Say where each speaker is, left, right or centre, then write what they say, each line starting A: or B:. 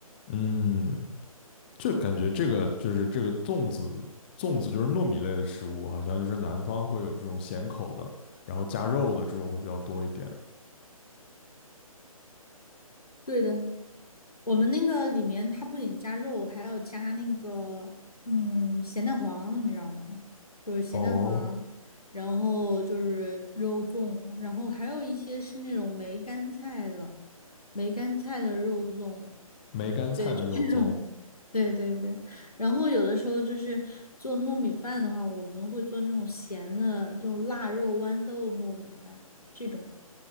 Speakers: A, on the left (about 15°); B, on the left (about 85°).
A: 嗯，就感觉这个就是这个粽子，粽子就是糯米类的食物，好像就是南方会有这种咸口的，然后加肉的这种会比较多一点。
B: 对的，我们那个里面它不仅加肉，还要加那个嗯咸蛋黄，你知道吗？就是咸蛋黄，
A: 哦，
B: 然后就是肉粽，然后还有一些是那种梅干菜的，梅干菜的肉粽，
A: 梅干菜的肉粽，
B: 对，就这种，对对对。然后有的时候就是做糯米饭的话，我们会做那种咸的，这种腊肉豌豆糯米饭这种。